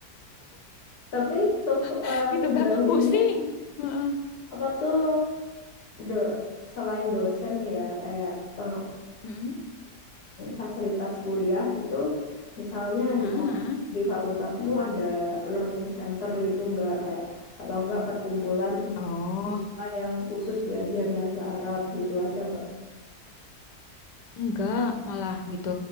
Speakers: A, on the left; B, on the left.
A: tapi so,
B: <laughs>
A: eh,
B: gitu
A: sejauh
B: kak. Pusing.
A: ini
B: Heeh.
A: apa tuh do, selain dosen ya kayak pengkung
B: Heeh.
A: fasilitas kuliah gitu, misalnya
B: Heeh.
A: di kampus di fakultasmu ada learning center gitu nggak kayak atau enggak perkumpulan
B: Oh,
A: siswa yang khusus belajar bahasa Arab gitu ada nggak?
B: Enggak, malah gitu.